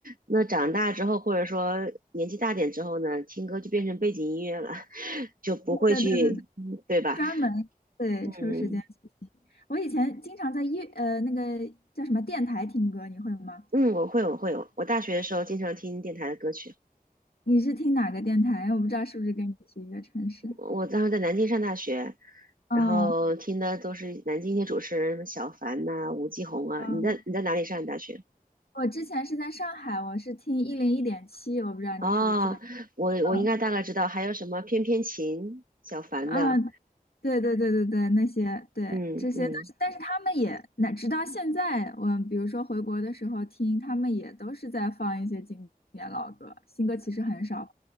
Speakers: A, on the right; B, on the left.
A: 那长大之后，或者说年纪大点之后呢，听歌就变成背景音乐了，<laughs> 就不会去，
B: 对对对对，
A: 嗯对吧？
B: 专门对抽时间去听。
A: 嗯
B: 我以前经常在乐呃那个叫什么电台听歌，你会吗？
A: 嗯，我会，我会，我大学的时候经常听电台的歌曲，
B: 你是听哪个电台？我不知道是不是跟你是一个城市。
A: 我当时在南京上大学。
B: 哦，
A: 然后听的都是南京一些主持人，什么小凡呐、吴奇红啊。
B: 嗯，
A: 你在你在哪里上的大学？
B: 我之前是在上海，我是听一零一点七，我不知道你是不是知道。
A: 哦，我我应该大概知道，
B: 嗯
A: 还有什么翩翩琴，小凡的，
B: 啊，对对对对对，那些对这些，
A: 嗯嗯
B: 但是但是他们也，那直到现在，我比如说回国的时候听，他们也都是在放一些经典老歌，新歌其实很少。